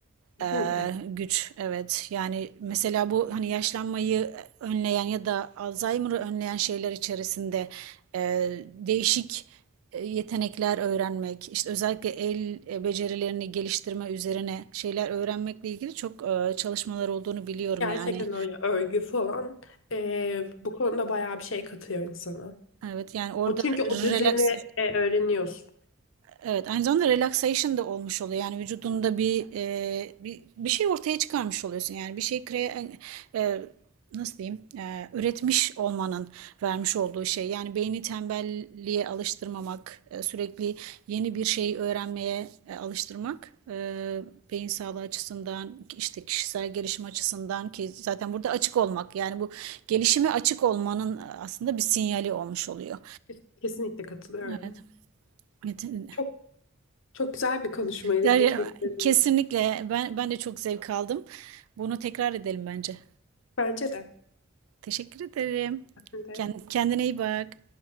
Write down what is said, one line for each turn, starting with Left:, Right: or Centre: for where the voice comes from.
Left: Kesinlikle.
Right: Ee, güç evet yani mesela bu hani yaşlanmayı önleyen ya da Alzheimer'ı önleyen şeyler içerisinde e, değişik e, yetenekler öğrenmek işte özellikle el e, becerilerini geliştirme üzerine şeyler öğrenmekle ilgili çok e, çalışmalar olduğunu biliyorum
Left: Gerçekten
Right: yani.
Left: öyle örgü falan eee, bu konuda bayağı bir şey katıyor insana.
Right: Evet yani orada
Left: O çünkü o düzeni
Right: relax
Left: e, öğreniyorsun.
Right: Evet, aynı zamanda relaxation da olmuş oluyor. Yani vücudunda bir e, bir, bir şey ortaya çıkarmış oluyorsun. Yani bir şey kre, e, nasıl diyeyim? E, üretmiş olmanın vermiş olduğu şey. Yani beyni tembelliğe alıştırmamak, e, sürekli yeni bir şey öğrenmeye e, alıştırmak e, beyin sağlığı açısından, işte kişisel gelişim açısından ki zaten burada açık olmak. Yani bu gelişime açık olmanın e, aslında bir sinyali olmuş oluyor.
Left: Kes- Kesinlikle katılıyorum.
Right: Evet. Evet. evet.
Left: Çok çok güzel bir konuşmaydı.
Right: Derya,
Left: Teşekkür ederim.
Right: kesinlikle ben ben de çok zevk aldım. Bunu tekrar edelim bence.
Left: Bence de.
Right: Teşekkür ederim.
Left: Ben de.
Right: Kend- Kendine iyi bak.